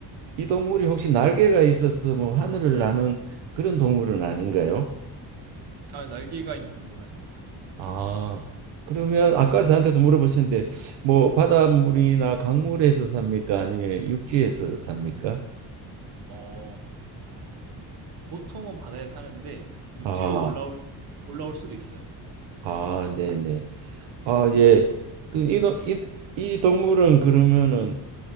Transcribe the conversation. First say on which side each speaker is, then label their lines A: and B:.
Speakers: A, on the right; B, on the right.
A: 이 동물이 혹시 날개가 있어서 뭐 하늘을 나는 그런 동물은 아닌가요?
B: 아 날개가 있는 동물 아닙니다.
A: 아, 그러면 아까 저한테도 물어보셨는데 뭐 바닷물이나 강물에서 삽니까? 아니면 육지에서 삽니까?
B: 어, 보통은 바다에 사는데 육지로
A: 아,
B: 올라올 올라올 수도 있어요.
A: 아, 네네. 아, 예. 그 이, 노- 이, 이 동물은 그러면은